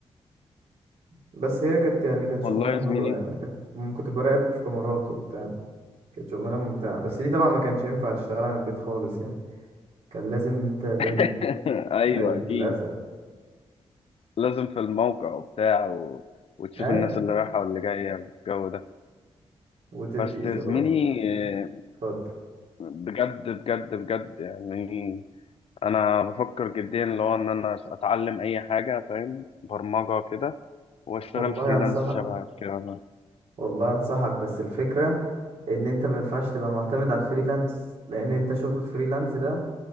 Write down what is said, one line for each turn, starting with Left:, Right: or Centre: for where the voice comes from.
Right: بس هي كانت يعني كانت شغلانة
Left: والله يا زميلي
Right: حلوة يعني كانت م- كنت براقب في كاميرات وبتاع كانت شغلانة ممتعة بس دي طبعا ما كانش ينفع تشتغلها من البيت خالص يعني كان لازم إن أنت تنزل
Left: <laughs> ايوه
Right: أيوة
Left: اكيد
Right: للأسف
Left: لازم في الموقع وبتاع و... وتشوف
Right: أيوة
Left: الناس اللي رايحه واللي جايه والجو ده
Right: وتدي
Left: بس
Right: إشارات
Left: يا زميلي
Right: وبتاع
Left: آه،
Right: اتفضل
Left: بجد بجد بجد يعني انا بفكر جديا اللي هو ان انا اتعلم اي حاجه فاهم برمجه كده واشتغل
Right: والله
Left: فريلانس
Right: أنصحك
Left: شبه كده
Right: والله أنصحك بس الفكرة ان انت ما ينفعش تبقى معتمد على الفريلانس لان انت شغل الفريلانس ده